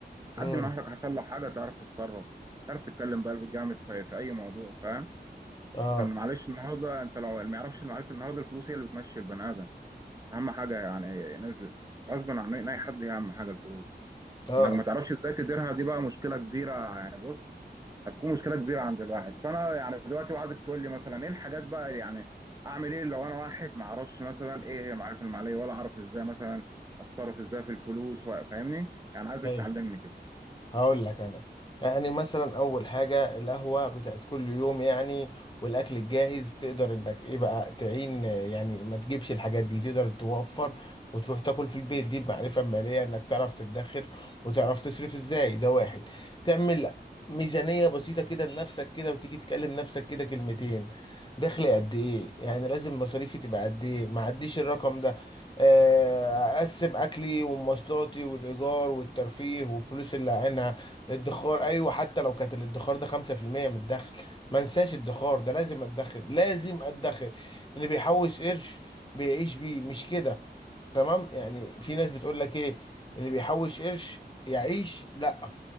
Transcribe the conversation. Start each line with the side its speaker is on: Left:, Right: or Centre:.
Right: حد
Left: امم
Right: من اهلك حصل له حاجة تعرف تتصرف تعرف تتكلم بقلب جامد في, في اي موضوع فاهم
Left: اه
Right: اصلا معلش النهاردة انت لو ما يعرفش المعارف النهاردة الفلوس هي اللي بتمشي البني ادم اهم حاجة يعني نزلت غصب عن اي حد هي اهم حاجة الفلوس
Left: اه
Right: انك ما تعرفش ازاي تديرها دي بقى مشكله كبيره يعني بص هتكون مشكله كبيره عند الواحد فانا يعني دلوقتي بقى عايزك تقول لي مثلا ايه الحاجات بقى اللي يعني اعمل ايه لو انا واحد ما اعرفش مثلا ايه هي المعرفه الماليه ولا اعرف ازاي مثلا اتصرف ازاي في الفلوس و- فاهمني يعني عايزك
Left: ايوه
Right: تعلمني كده
Left: هقول لك انا يعني مثلا اول حاجه القهوه بتاعت كل يوم يعني والاكل الجاهز تقدر انك ايه بقى تعين يعني ما تجيبش الحاجات دي تقدر توفر وتروح تاكل في البيت دي بمعرفه ماليه انك تعرف تدخر وتعرف تصرف ازاي ده واحد تعمل ميزانيه بسيطه كده لنفسك كده وتيجي تكلم نفسك كده كلمتين دخلي قد ايه يعني لازم مصاريفي تبقى قد ايه ما عديش الرقم ده آه، اقسم اكلي ومواصلاتي والايجار والترفيه والفلوس اللي عينها الادخار ايوه حتى لو كانت الادخار ده 5% من الدخل ما انساش الادخار ده لازم ادخر لازم ادخر اللي بيحوش قرش بيعيش بيه مش كده تمام يعني في ناس بتقول لك ايه اللي بيحوش قرش يعيش لا